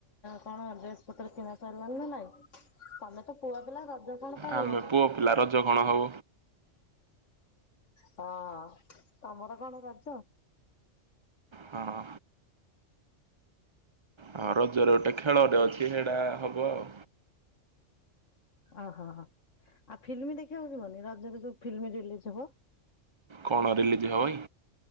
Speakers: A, on the left (about 75°); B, on the right (about 45°).
A: କଣ ଡ୍ରେସ୍ ପତ୍ର କିଣା ସାରିଲାଣି ନା ନାଇଁ। ତମେ ତ ଖୁଆ ପିଲା ରଜ କଣ ପାଳିବ।
B: ଆମେ ପୁଅ ପିଲା ରଜ କଣ ହବ
A: ହଁ ତମର କଣ ରଜ।
B: ହଁ। ହଁ ରଜରେ ଗୋଟେ ଖେଳରେ ଅଛି ସେଇଟା ହବ ଆଉ।
A: ଓହୋ ଆଉ ଫିଲ୍ମ ଦେଖିବାକୁ ଯିବନି ରଜରେ ଯୋଉ ଫିଲ୍ମ ରିଲିଜ ହବ।
B: କଣ ରିଲିଜ ହବ କି?